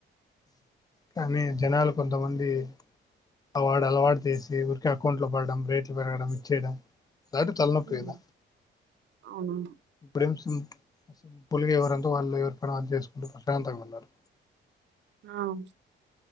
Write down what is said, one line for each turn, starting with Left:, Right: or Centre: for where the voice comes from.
Left: కానీ జనాలు కొంతమంది అవాడు అలవాటు చేసి ఊరికిే అకౌంట్లో పడడం రేట్లు పెరగడం ఇచ్చేయడం. అలాంటి తలనొప్పి
Right: ఉమ్
Left: కదా
Right: అవునా
Left: ఇప్పుడేం సి పొలిగ ఎవరంత వాళ్ళు ఎవరి పని అదు చేసుకుంటూ ప్రశాంతంగా ఉన్నారు.
Right: ఆమ్